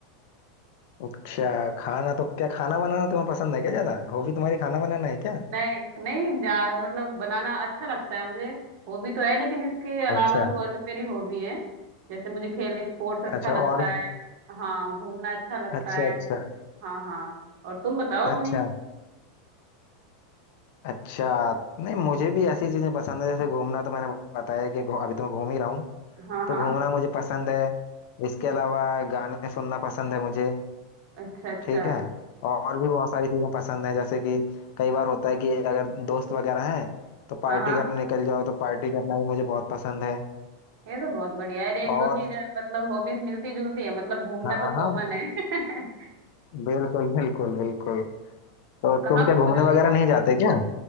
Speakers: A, on the left; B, on the right.
A: अच्छा खाना तो क्या खाना बनाना तुम्हें पसंद है क्या ज्यादा हॉबी तुम्हारी खाना बनाना है क्या
B: नहीं नहीं जा मतलब बनाना अच्छा लगता है मुझे हॉबी तो है लेकिन इसके अलावा
A: अच्छा
B: भी और भी मेरी हॉबी है जैसे मुझे खेलने स्पोर्ट्स अच्छा
A: अच्छा
B: लगता
A: और
B: है हाँ घूमना अच्छा लगता
A: अच्छा
B: है
A: अच्छा
B: हाँ हाँ और तुम बताओ
A: अच्छा
B: अपनी
A: अच्छा नहीं मुझे भी ऐसी चीजें पसंद है जैसे घूमना तो मैंने बताया कि घू- अभी तो मैं घूम ही रहा हूँ
B: हाँ
A: तो
B: हाँ
A: घूमना मुझे पसंद है इसके अलावा गाने सुनना पसंद है मुझे
B: अच्छा अच्छा
A: ठीक है और भी बहुत सारी चीजें पसंद है जैसे कि कई बार होता है कि अगर दोस्त वगैरह हैं तो पार्टी
B: हाँ हाँ
A: करने निकल जाओ तो पार्टी करना भी मुझे बहुत पसंद है
B: ये तो बहुत बढ़िया है एक
A: और
B: दो चीजें मतलब हॉबीज मिलती जुलती है मतलब घूमना
A: हाँ
B: तो
A: हाँ
B: कॉमन है <laughs>
A: बिल्कुल बिल्कुल बिल्कुल
B: तो
A: तो तुम
B: कहाँ
A: क्या
B: घूम
A: घूमने
B: रहे हो
A: वगैरह नहीं जाते क्या